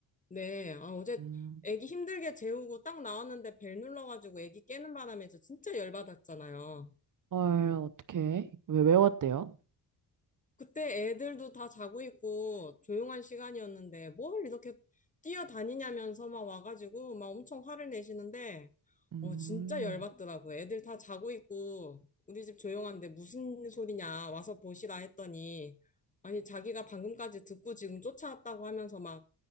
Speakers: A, on the left; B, on the right.
A: 네, 아, 어제
B: 음.
A: 애기 힘들게 재우고 딱 나왔는데 벨 눌러가지고 애기 깨는 바람에 저 진짜 열받았잖아요.
B: 헐, 어떡해. 왜 외웠대요?
A: 그때 애들도 다 자고 있고 조용한 시간이었는데 뭘 이렇게 뛰어다니냐면서 막 와가지고 막 엄청 화를 내시는데,
B: 음.
A: 어, 진짜 열받더라고요.
B: <gasps>
A: 애들 다 자고 있고 우리 집 조용한데 무슨 소리냐 와서 보시라 했더니, 아니, 자기가 방금까지 듣고 지금 쫓아왔다고 하면서 막,